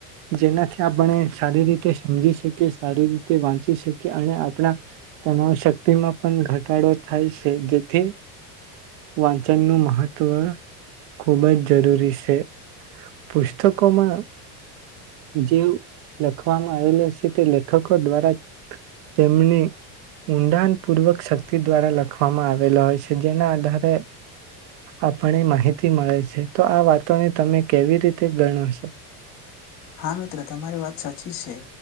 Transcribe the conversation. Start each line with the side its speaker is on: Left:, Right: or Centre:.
Right: જેનાથી આપણે સારી રીતે સમજી શકીએ સારી રીતે વાંચી શકીએ અને આપણા તવ શક્તિમાં. પણ ઘટાડો થાય છે જેથી વાંચનનું મહત્વ ખૂબ જ જરૂરી છે. પુસ્તકોમાં જે લખવામાં આવેલ છે તે લેખકો દ્વારા તેમની ઊંડાણ પૂર્વક શક્તિ દ્વારા લખવામાં આવેલા હોય છે જેના આધારે આપને માહિતી મળે છે તો આ વાતોને તમે. કેવી રીતે ગણ છે.
Left: હા મિત્ર તમારી વાત સાચી છે